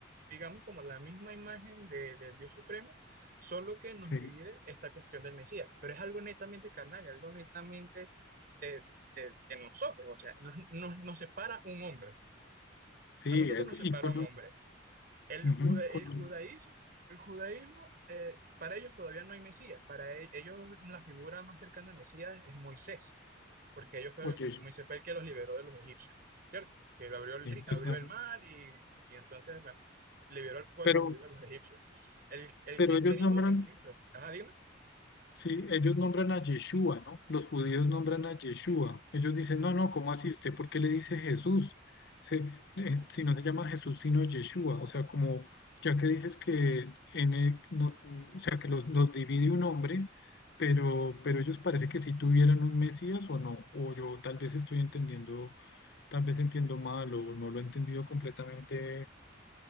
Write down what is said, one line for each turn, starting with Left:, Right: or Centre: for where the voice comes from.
Right: digamos, como la misma imagen de, del Dios supremo, solo que nos
Left: sí,
Right: divide esta cuestión del Mesías. Pero es algo netamente carnal, y algo netamente de, de, de nosotros. O sea, nos, nos, nos separa un hombre.
Left: sí,
Right: A nosotros
Left: eso.
Right: nos separa
Left: Y con,
Right: un
Left: un-
Right: hombre. El,
Left: ujú,
Right: juda- el
Left: con
Right: judaísmo,
Left: un-
Right: el judaísmo eh, para ellos todavía no hay Mesías. Para e- ellos la figura más cercana al Mesías es Moisés, porque ellos fueron,
Left: oye, sí,
Right: Moisés fue el que los liberó de los egipcios, ¿cierto? Que le abrió el, ri- abrió
Left: exacto.
Right: el mar y, y entonces, bueno, liberó al pueblo
Left: Pero,
Right: liberó a los egipcios. El, el
Left: pero
Right: cristianismo
Left: ellos nombran
Right: en Cristo, ajá, dime,
Left: Sí, ellos nombran a Yeshua, ¿no? Los judíos nombran a Yeshua. Ellos dicen, no, no, ¿cómo así? ¿Usted por qué le dice Jesús? Se- eh, si no se llama Jesús, sino Yeshua. O sea, como ya que dices que en el- no, mm, o sea, que los, los divide un hombre, pero, pero ellos parece que sí tuvieran un Mesías o no. O yo tal vez estoy entendiendo, tal vez entiendo mal o no lo he entendido completamente